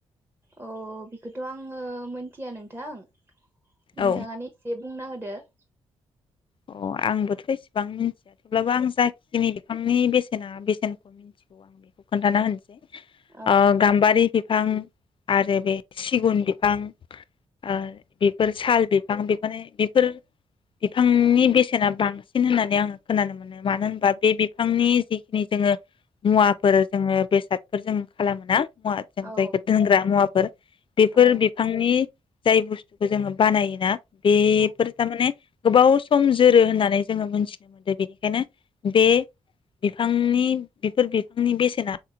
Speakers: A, on the right (about 15°); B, on the left (about 40°).
A: औ बेखौथ' आङो मोनथिया नोंथां। नोंथाङानो
B: औ
A: एसे बुंना होदो <inaudible>
B: अ आंबोथ' एसेबां मिथिया थेवब्लाबो आं जाखिनि बिफांनि बेसेना बेसेनखौ मिथिगौ आं बेखौ खोन्थाना होनोसै
A: औ
B: ओ गाम्बारि बिफां आरो बे सिगुन बिफां ओ बेफोर साल बिफां बि माने बेफोर बिफांनि बेसेना बांसिन होननानै आङो खोनानो मोनो मानो होनबा बे बिफांनि जिखिनि जोङो मुवाफोर जोङो बेसादफोर जों खालामोना मुवा जों
A: औ
B: जायखो दोनग्रा मुवाफोर बेफोर
A: औ
B: बिफांनि जाय बुस्थुखौ जोङो बानायोना बेफोर
A: औ
B: था माने गोबाव सम जोरो होननानै जोङो मोनथि दों बेनिखायनो बे बिफांनि बेफोर बिफांनि बेसेना